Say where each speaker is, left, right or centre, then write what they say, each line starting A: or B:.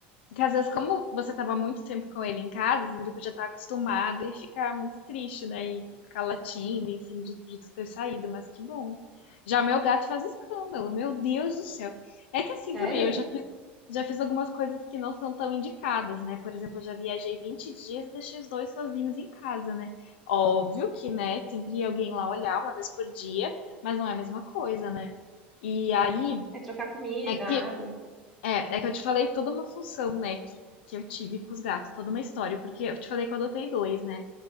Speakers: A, on the left; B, in the centre.
A: Porque às vezes, como você estava muito tempo com ele em casa, às vezes ele podia estar acostumado e ficar muito triste, né? E e ficar latindo, enfim, de, de tu ter saído, mas que bom. Já meu gato faz escândalo, meu Deus do céu. É que assim
B: Sério?
A: também, eu já fiz, já fiz algumas coisas que não são tão indicadas, né? Por exemplo, eu já viajei 20 dias e deixei os dois sozinhos em casa, né? Óbvio que, né, sempre ia alguém lá olhar uma vez por dia, mas não é a mesma coisa, né? E aí,
B: É trocar comida,
A: é que
B: água.
A: é, é que eu te falei toda uma função, né, que, que eu tive com os gatos, toda uma história, porque eu te falei que eu adotei dois, né?